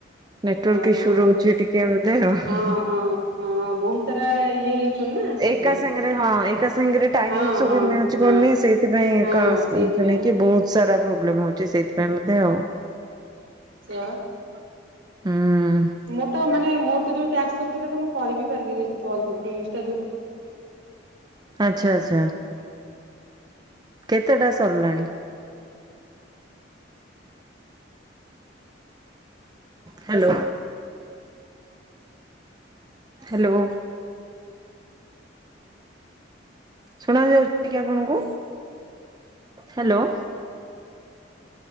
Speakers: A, on the right; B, on the right.
A: ନେଟୱାର୍କ
B: ଓହୋ
A: ଇସ୍ୟୁ ରହୁଛି ଟିକେ ବଧେ ଆଉ।
B: ହଁ ହଁ ହଁ ବହୁତ ସାରା ଇଏ ହେଇଛନ୍ତି ନା ସେଥିପାଇଁ
A: ଏକା ସାଙ୍ଗରେ ହଁ ଏକା ସାଙ୍ଗରେ ଟାଇମିଙ୍ଗ୍
B: ହଁ
A: ସବୁ
B: ହଁ
A: ମ୍ୟାଚ୍
B: ହଁ
A: କରୁନି ସେଇଥିପାଇଁ
B: ହଁ ସେଇଥିପାଇଁ
A: କି ବହୁତ ସାରା ପ୍ରୋବ୍ଲେମ ହଉଛି ସେଥିପାଇଁ ବେଧେ ଆଉ।
B: ସେଇଆ ପା।
A: ହୁଁ
B: ମୁଁ ତ ମାନେ ମୋର ତ ଯୋଉ ଟାକ୍ସ୍ ସବୁ ଥିଲା ତ ମୁଁ କରିିବି ପାରିଲିନି କଲ୍ ସବୁଠି ଇଷ୍ଟା
A: ଆଚ୍ଛା ଆଚ୍ଛା। କେତେଟା ସରିଲାଣି? ହାଲୋ। ହାଲୋ। ଶୁଣା ଯାଉଛି କି ଆପଣଙ୍କୁ ହାଲୋ।